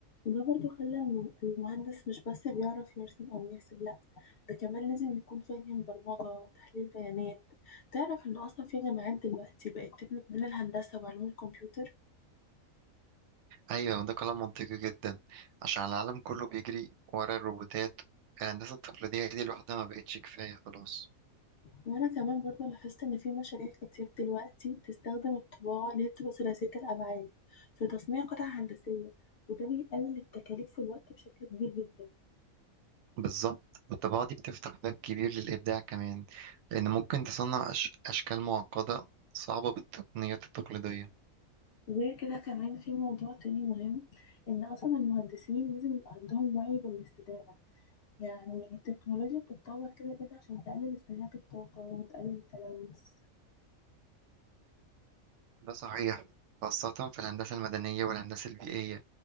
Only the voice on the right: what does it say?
أيوة وده كلام منطقي جدا عشان العالم كله بيجري ورا الروبوتات الهندسة التقليدية دي لوحدها ما بقتش كفاية خلاص
بالظبط والطباعة دي بتفتح باب كبير للإبداع كمان لأن ممكن تصنع أش... أشكال معقدة صعبة بالتقنيات التقليدية
ده صحيح خاصة في الهندسة المدنية والهندسة البيئية